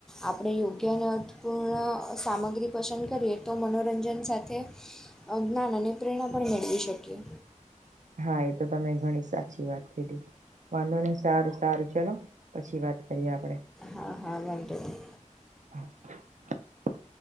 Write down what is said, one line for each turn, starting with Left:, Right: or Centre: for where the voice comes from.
Centre: આપણે યોગ્ય અને અર્થપૂર્ણ સામગ્રી પસંદ કરીએ તો મનોરંજન સાથે <unintelligible> અને પ્રેરણા પણ મેળવી શકીએ.
Right: હા એ તો તમે ઘણી સાચી વાત કીધી. વાંધો નહી સારું સારું ચલો પછી વાત કરીએ આપડે.
Centre: હા હા વાંધો નઈ.
Right: <inaudible>